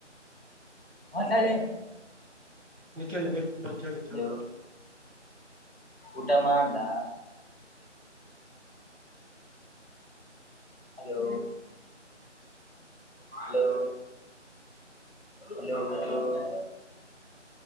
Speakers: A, on the left; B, on the right.
A: ಮಾತಾಡಿ
B: ನೀ ಕೇಳಿ ನೀ ಕೇಳಿ
A: ಹಲೋ
B: ಕೇಳ
A: ಊಟ ಮಾಡ್ದ ಹಲೋ ಹಲೋ ಇಲ್ಲ ಒ